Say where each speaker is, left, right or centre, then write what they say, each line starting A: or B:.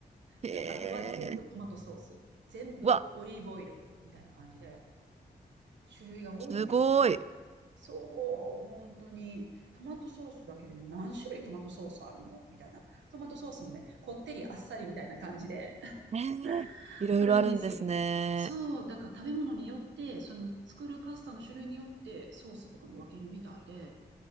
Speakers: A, on the right; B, on the right.
A: ええ
B: で、あとは全部トマトソース、全部オリーブオイルみたいな感じで、
A: うわ、
B: 種類が多いんですよ。
A: すごい。
B: そう、本当に、トマトソースだけでも何種類トマトソースあるのみたいな。トマトソースもね、こってりあっさりみたいな感じで <laughs>
A: ええいろいろあるんですね。
B: あるんですよ。そう、だから食べ物によって、その作るパスタの種類によってソースとかも分けるみたいで、